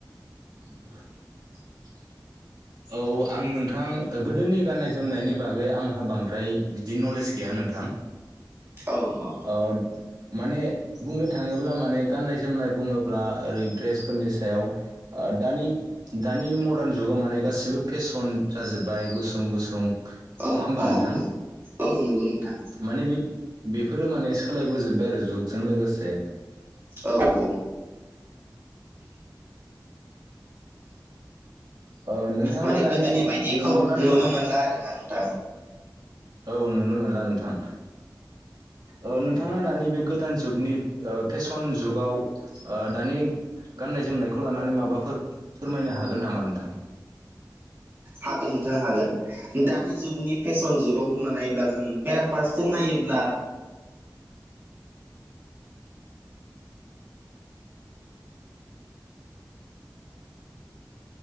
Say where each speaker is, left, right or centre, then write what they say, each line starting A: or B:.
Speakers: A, on the right; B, on the right.
A: <inaudible> औ आं नोंथां गोदोनि गाननाय जोमनायनि बागै आंहा बांद्राय बिदि नलेज गैया नोंथां।
B: औ औ।
A: ओद माने बुंनो थाङोब्ला माने गाननाय जोमनाय बुङोब्ला ओरै ड्रेसफोरनि सायाव ओ दानि दानि मदार्न जुगाव माने गासिबो फेसन जाजोब्बाय गुसुं गुसुं नङा
B: औ
A: होमबा
B: औ
A: नोंथां?
B: औ औ नंगौ नोंथां
A: माने बेब बेफोरो माने सोलायबोजोब्बाय आरो जुगजों लोगोसे
B: औ औ।
A: ओ नोंथाङा
B: माने
A: दानि
B: गोदोनि बायदिखौ
A: बे मदार्न
B: नुनो
A: जुग
B: मोनला आरोना नोंथां
A: औ नुनो मोनला नोंथां। ओ नोंथाङा दानि बे गोदान जुगनि फेसन जुगाव ओ दानि गाननाय जोमनायखौ लानानै माबाफोर फोरमायनो हागोन नामा नोंथां?
B: हागोन नोंथां हागोन। दानि जुगनि फेसन जुगाव बुंना नायोब्ला जों बेराफारसेथिं नायोब्ला